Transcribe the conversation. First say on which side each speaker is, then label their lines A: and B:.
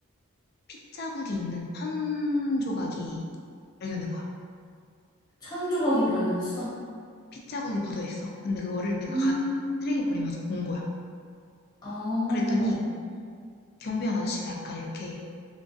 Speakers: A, on the left; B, on the left.
A: 핏자국이 있는 천 조각이 발견된 거야.
B: 천 조각이 발견했어.
A: 핏자국이 묻어 있어. 근데 그거를 내가
B: 음,
A: 갓 쓰레기 버리면서 본 거야.
B: 어.
A: 그랬더니 경비원 아저씨가 약간 이렇게